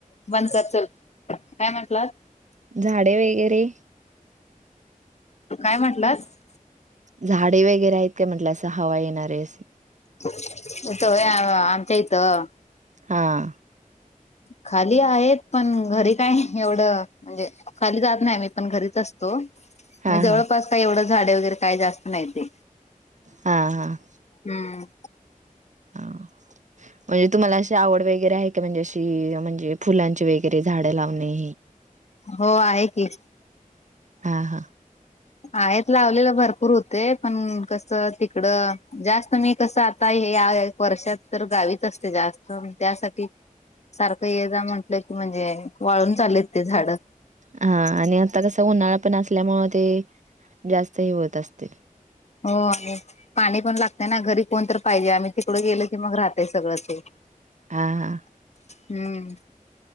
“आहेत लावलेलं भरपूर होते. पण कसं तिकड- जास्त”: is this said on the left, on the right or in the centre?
Left